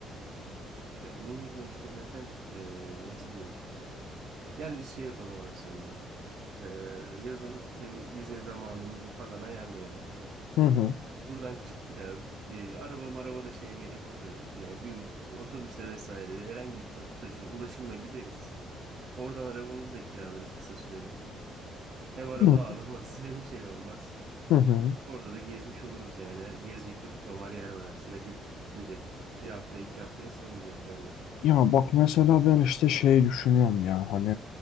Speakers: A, on the right (about 55°); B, on the left (about 85°).
A: Ya onun yerine işte zaten eee, nasıl diyeyim? Gel biz şey yapalım abi seninle. Eee, yazın senin izin zamanını falan ayarlayalım.
B: Hı hı.
A: Buradan çıktık abi. E, araba maraba da şeye gerek yok. Yani bir otobüsle vesaire herhangi bir toplu taşıma ulaşımla gideriz. Oradan arabamızı da kiralarız kısa süreli. Hem araba
B: Hı
A: ağlamaz <laughs> hem şey olmaz.
B: hı. hı.
A: Orada da gezmiş oluruz yani. Gezecek de bir tomar yer var aslında. Gidip gidip bitmeyecek. Bir haftaya iki haftaya sığmayacak yerler.
B: Ya bak mesela ben işte şey düşünüyorum ya hani